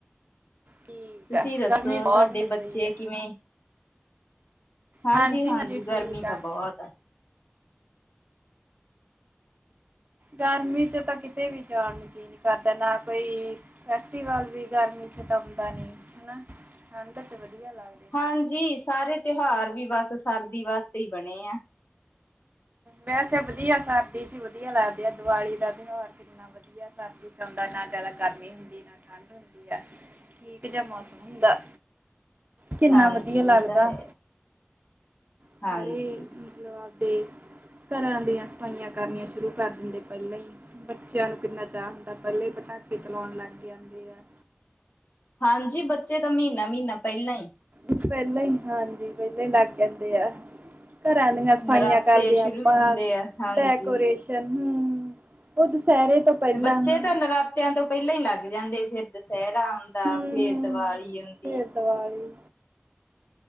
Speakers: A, on the right; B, on the left.
A: ਠੀਕ
B: ਤੁਸੀਂ
A: ਆ,
B: ਦੱਸੋ
A: ਗਰਮੀ ਬਹੁਤ
B: ਤੁਹਾਡੇ
A: ਹੋਈ
B: ਬੱਚੇ
A: ਪਈ ਆ।
B: ਕਿਵੇਂ ਹਾਂਜੀ
A: ਹਾਂਜੀ-ਹਾਂਜੀ
B: ਹਾਂਜੀ, ਗਰਮੀ
A: ਠੀਕ ਆ।
B: ਤਾਂ ਬਹੁਤ ਹੈ।
A: ਗਰਮੀ ਚ ਤਾਂ ਕਿੱਤੇ ਵੀ ਜਾਣ ਨੂੰ ਜੀਹ ਜੀ ਕਰਦਾ, ਨਾ ਕੋਈ ਫੈਸਟੀਵਲ ਵੀ ਗਰਮੀ ਚ ਤਾਂ ਹੁੰਦਾ ਨੀ, ਹੈ ਨਾ। ਠੰਡ ਚ ਵਧੀਆ ਲੱਗਦਾ।
B: ਹਾਂਜੀ ਸਾਰੇ ਤਿਉਹਾਰ, ਵੀ ਬਸ ਸਰਦੀ ਵਾਸਤੇ ਹੀ ਬਣੇ ਐ।
A: ਵੈਸੇ ਵਧੀਆ, ਸਰਦੀ ਚ ਵਧੀਆ ਲੱਗਦੇ ਆ ਦੀਵਾਲੀ ਦਾ ਤਿਉਹਾਰ ਕਿੰਨਾ ਵਧੀਆ ਸਰਦੀ ਚ ਆਉਂਦਾ ਨਾ ਹੋਂਦਾ, ਨਾ ਜਾਦਾ ਗਰਮੀ ਹੁੰਦੀ ਨਾ ਠੰਡ ਹੁੰਦੀ ਹੈ, ਠੀਕ ਜਿਹਾ ਮੌਸਮ ਹੁੰਦਾ। ਕਿੰਨਾ
B: ਹਾਂਜੀ
A: ਵਧੀਆ ਲੱਗਦਾ।
B: ਇਹ ਤਾਂ ਹੈ
A: ਸਾਰੇ
B: ਹਾਂਜੀ
A: ਮਤਲਬ ਆਪਦੇ ਘਰਾਂ ਦੀਆਂ ਸਫਾਈਆਂ ਕਰਨੀਆਂ ਸ਼ੁਰੂ ਕਰ ਦਿੰਦੇ, ਪਹਿਲਾਂ ਹੀ। ਬੱਚਿਆਂ ਨੂੰ ਕਿੰਨਾ ਚਾਅ ਹੁੰਦਾ, ਪਹਿਲੇ ਪਟਾਕੇ ਚਲਾਉਣ ਲੱਗ ਜਾਂਦੇ ਆ।
B: ਹਾਂਜੀ, ਬੱਚੇ ਦਾ ਮਹੀਨਾ ਮਹੀਨਾ ਪਹਿਲਾਂ ਹੀ।
A: ਕੁਛ ਪਹਿਲਾਂ ਹੀ, ਹਾਂਜੀ ਪਹਿਲਾਂ ਹੀ ਲੱਗ ਕਹਿੰਦੇ ਆ। ਘਰਾਂ ਦੀਆਂ ਸਫਾਈਆਂ
B: ਨਰਾਤੇ
A: ਕਰਦੇ
B: ਸ਼ੁਰੂ
A: ਹਾਂ, ਆਪਾਂ
B: ਹੁੰਦੇ ਆ ਹਾਂਜੀ।
A: ਡੈਕੋਰੇਸ਼ਨ ਹੂ, ਉਹ ਦੁਸਹਿਰੇ ਤੋਂ ਪਹਿਲਾਂ
B: ਬੱਚੇ
A: ਹਾਂ
B: ਤਾਂ ਨਰਾਤਿਆਂ ਤੋਂ ਪਹਿਲਾਂ ਹੀ ਲੱਗ ਜਾਂਦੇ, ਫਿਰ ਦਸ਼ੇਹਰਾ ਦਾ,
A: ਹੂੰ
B: ਫਿਰ
A: ਹੂੰ
B: ਦੀਵਾਲੀ ਆਉਂਦੀ।
A: ਫੇਰ ਦੀਵਾਲੀ।